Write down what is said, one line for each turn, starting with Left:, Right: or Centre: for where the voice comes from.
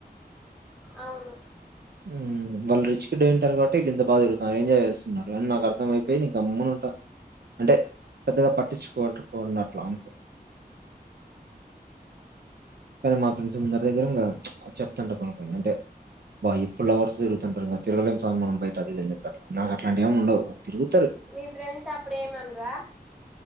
Centre: అవును
Right: ఉమ్ వాళ్ళు రిచ్కిడ్ అయింటారు కాబట్టి వీళ్ళు ఇంత బాగా తిరుగుతారు ఎంజాయ్ చేస్తున్నారు అని నాకు అర్ధం అయిపోయి నేను గమ్మనుంటా అంటే పెద్దగా పట్టించుకోన్నట్ల అంతే కానీ మా ఫ్రెండ్స్ ముందరి దగ్గర ఇంకా ప్చ్ చెప్తాంట పాపం అంటే బా ఇప్పుడు లవర్స్ తరుగుతుంటారు తిరగలేం స్వామి మనం బయట అది ఇది అని చెప్తాంటే నాకు అట్లాంటివి ఏమి ఉండవ్ తిరుగు
Centre: మీ ఫ్రెండ్స్ అప్పుడు ఏమ్ ఆన్ డ్రా